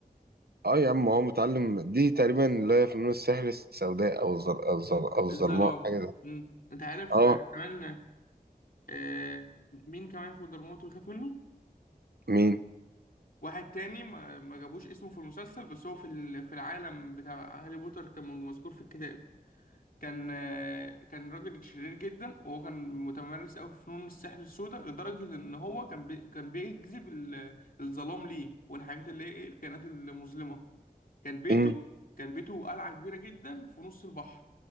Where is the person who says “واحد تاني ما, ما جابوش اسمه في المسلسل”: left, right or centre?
Left